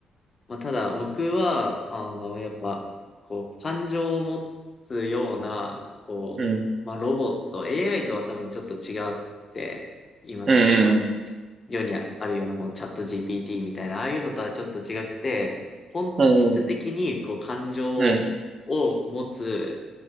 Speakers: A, on the left; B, on the right.
A: まあ、ただ僕は、あの、やっぱ、こう、感情を持つような、こう、
B: うん。
A: まあ、ロボット、AI とは多分ちょっと違って、今、
B: うんうん
A: 世にあるようなこのチャット GPT みたいな、ああいうのとはちょっと違くて、本質的にこう感情を持つ、
B: うんうんうんいやでも大切ですねそういうのもうんうんうん。うん